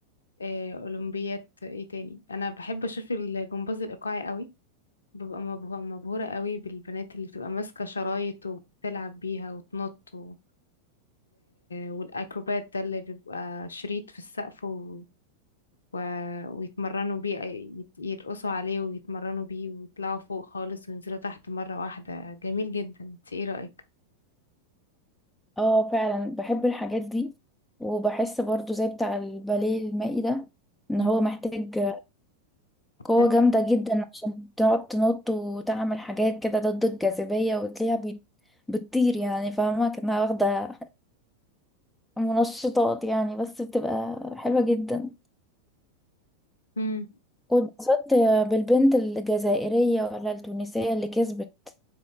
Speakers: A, on the left; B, in the centre.
A: آه، اولمبياد ايه تاني انا بحب اشوف الجمباز الايقاعي قوي ببقى مبه- مبهورة قوي بالبنات اللي بتبقى ماسكة شرايط وبتلعب بيها وتنط و... والأكروبات ده اللي بيبقى شريط في السقف و... و... ويتمرنوا بيه يت- يرقصوا عليه ويتمرنوا بيه ويطلعوا فوق خالص وينزلوا تحت مرة واحدة جميل جدا انت ايه رأيك؟
B: اه فعلا بحب الحاجات دي وبحس برضو زي بتاع الباليه المائي ده ان
A: مم.
B: هو محتاج قوة
A: تركي
B: جامدة جدا عشان تقعد تنط وتعمل حاجات كده ضد الجاذبية وتلاقيها بي- بتطير يعني فاهمة كأنها واخدة منشطات يعني بس بتبقى حلوة جدا
A: مم.
B: واتبسطت بالبنت الجزائرية ولا التونسية اللي كسبت